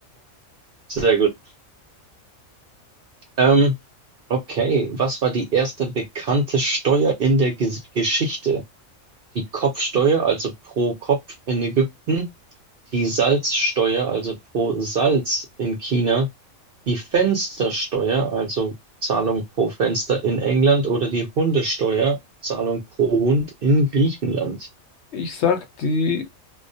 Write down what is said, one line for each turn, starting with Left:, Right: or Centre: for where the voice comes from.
Right: sehr gut. Ähm, Okay, was war die erste bekannte Steuer in der Ges Geschichte? Die Kopfsteuer, also pro Kopf in Ägypten, die Salzsteuer, also pro Salz in China, die Fenstersteuer, also Zahlung pro Fenster in England oder die Hundesteuer, Zahlung pro Hund in Griechenland.
Left: Ich sag, die